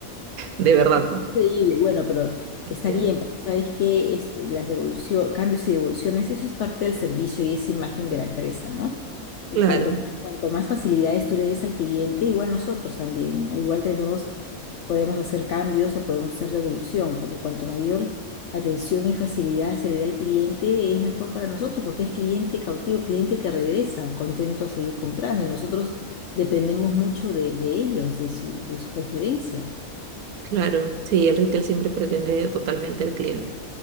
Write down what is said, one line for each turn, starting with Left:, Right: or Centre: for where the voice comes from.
Right: de verdad,
Left: es
Right: ¿no?
Left: increíble. Bueno, pero
Right: Entiendo.
Left: está bien, porque sabes que esto, las devoluciones cambios y devoluciones, eso es parte del servicio y es imagen de la empresa, ¿no? Y
Right: Claro.
Left: cuanto, cuanto más facilidades tú le des al cliente, igual nosotros también, igual tenemos podemos hacer cambios o podemos hacer devolución, porque cuanto mayor atención y facilidad se le dé al cliente, es mejor para nosotros, porque es cliente cautivo, cliente que regresa contento a seguir comprando y nosotros dependemos mucho de, de ellos, de su, de su preferencia.
Right: Claro, sí, el retail siempre pretende totalmente al cliente.